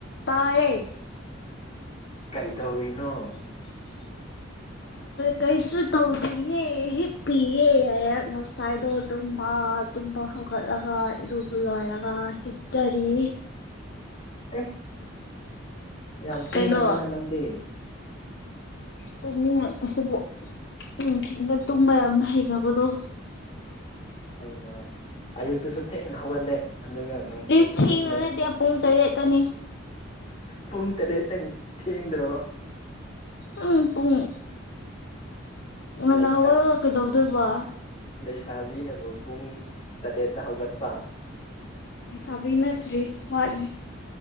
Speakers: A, on the left (about 55°); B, on the left (about 30°).
A: ꯇꯥꯏꯑꯦ
B: ꯀꯩꯗꯧꯔꯤꯅꯣ <inaudible>
A: ꯀꯩꯁꯨ ꯇꯧꯗꯤꯌꯦ ꯍꯤꯞꯄꯤꯌꯦ ꯑꯩꯍꯥꯛ ꯉꯁꯥꯏꯗꯣ ꯑꯗꯨꯝꯕ ꯇꯨꯝꯕ ꯍꯧꯒꯠꯂꯒ ꯏꯔꯨꯕ ꯂꯣꯏꯔꯒ ꯍꯤꯞꯆꯔꯤ
B: ꯑꯦ ꯌꯥꯝ ꯇꯨꯝꯒꯜꯂꯤꯅ
A: ꯀꯩꯅꯣ
B: ꯅꯪꯗꯤ
A: ꯇꯨꯝꯅꯤꯡꯉꯛꯄꯁꯤꯕꯨ ꯅꯨꯡꯊꯤꯗ ꯇꯨꯝꯕ ꯌꯥꯝ ꯍꯩꯅꯕꯗꯣ
B: ꯑꯩꯅ ꯑꯌꯨꯛꯇꯨꯁꯨ ꯊꯦꯡꯅ ꯍꯧꯒꯠꯂꯦ ꯑꯗꯨꯒ ꯅꯨꯡꯊꯤꯟꯗꯁꯨ
A: ꯇꯤꯁ ꯊ
B: ꯇꯨꯝꯃꯦ
A: ꯂꯩꯇꯦꯦ ꯄꯨꯡ ꯇꯔꯦ ꯇꯅꯤ
B: ꯄꯨꯡ ꯇꯔꯦꯠꯇꯪ ꯊꯦꯡꯗ꯭ꯔꯣ
A: ꯎꯝ ꯄꯨꯡꯨꯡ ꯉꯅ
B: ꯂꯩꯁꯥ
A: ꯍꯧꯒꯠꯂꯒ ꯀꯩꯗꯧꯗꯣꯏꯕ
B: ꯂꯩꯁꯥꯕꯤꯅꯕꯨ ꯄꯨꯡ ꯇꯔꯦꯠꯇ ꯍꯧꯒꯠꯄ
A: ꯂꯩꯩꯁꯥꯕꯤ ꯅꯗ꯭ꯔꯤ ꯋꯥꯠꯂꯤ